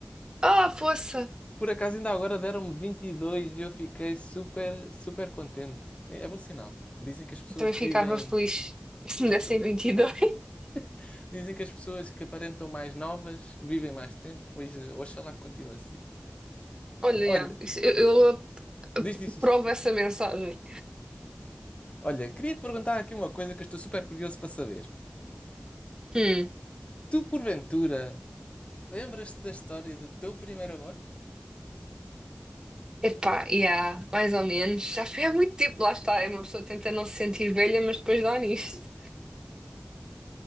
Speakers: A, on the right; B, on the left.
A: Ah, poça!
B: Por acaso ainda agora deram-me vinte e dois e eu fiquei super, super contente. É, é bom sinal. Dizem que as pessoas
A: Eu também
B: que
A: ficava
B: vivem,
A: feliz <laughs> se
B: as
A: me dessem
B: pessoas-
A: 22.
B: <laughs> dizem que as pessoas que aparentam mais novas vivem mais tempo, pois eh, oxalá que continue assim.
A: Olha,
B: Olha,
A: já, isso- eu, eu
B: diz, diz,
A: aprovo
B: diz.
A: essa mensagem.
B: Olha, queria-te perguntar aqui uma coisa que eu estou super curioso para saber.
A: Hum,
B: Tu, porventura, lembras-te da história do teu primeiro amor?
A: epá, já, mais ou menos. Já foi há muito tempo, lá está. é Uma pessoa tenta não se sentir velha, mas depois dá nisto.